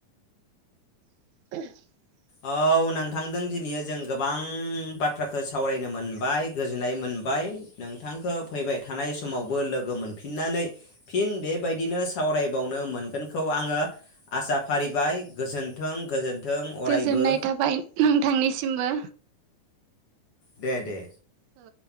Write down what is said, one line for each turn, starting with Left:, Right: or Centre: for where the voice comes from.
Right: <unintelligible>
Left: औ नोंथांदों दिनैयो जों गोबां बाथ्राखौ सावरायनो मोनबाय गोजोननाय मोनबाय। बाय नोंथांखौ फैबाय थानाय समावबो लोगो मोनफिननानै फिन बेबायदिनो साव फरायबावनो मोनगोनखौ आङो आसा फारिबाय गोजोन्थों गोजोन्थों। अरायबो
Right: गोजोननाय थाबाय ओम नोंथांनिसिमबो।
Left: दे दे
Right: औ।